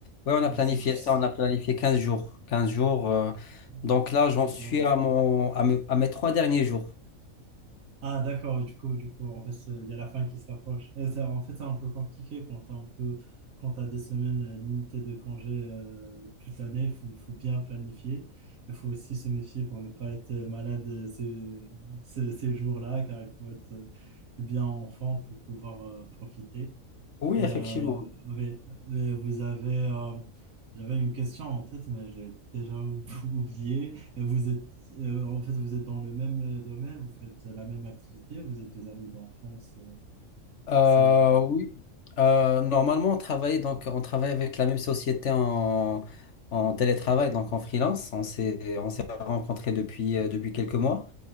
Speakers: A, on the left (about 60°); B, on the right (about 90°).
A: Oui, on a
B: Ouais,
A: planifié
B: c'est difficile.
A: ça. On a planifié 15 jours. 15 jours. euh,
B: Ouais.
A: donc là,
B: Ah,
A: j'en
B: c'est
A: suis
B: bien.
A: à mon, à me- à mes trois derniers jours.
B: Ah, d'accord, du coup, du coup, en fait, c'est- il y a la fin qui s'approche. Et ça, En fait, c'est un peu compliqué quand t'as un peu, quand t'as des semaines euh, limitées de congés euh, toute l'année, il faut, faut bien planifier. Il faut aussi se méfier pour ne pas être malade euh, ces, ces, ces jours-là, car il faut être euh, bien en forme pour pouvoir euh, profiter.
A: Oui,
B: Et
A: effectivement.
B: euh, oui, euh, vous avez, euh, j'avais une question en tête, mais j'ai déjà <laughs> oublié. Et vous êtes, euh, en fait, vous êtes dans le même euh, domaine, vous faites la même activité, vous êtes des amis d'enfance. euh,
A: Euh,
B: C'est euh,
A: oui. Euh, normalement, on travaille donc on travaille avec la même société en, en télétravail, donc en freelance. On s'est on s'est rencontrés depuis euh, depuis quelques mois.